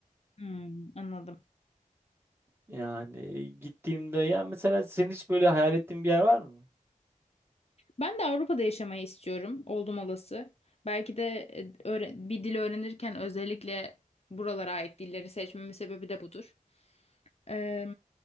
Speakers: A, on the left (about 45°); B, on the right (about 15°).
A: hmm, anladım.
B: Yani gittiğimde ya mesela senin hiç böyle hayal ettiğin bir yer var mı?
A: Ben de Avrupa'da yaşamayı istiyorum, oldum olası. Belki de e, öğre- bir dil öğrenirken özellikle buralara ait dilleri seçmemin sebebi de budur. Eee,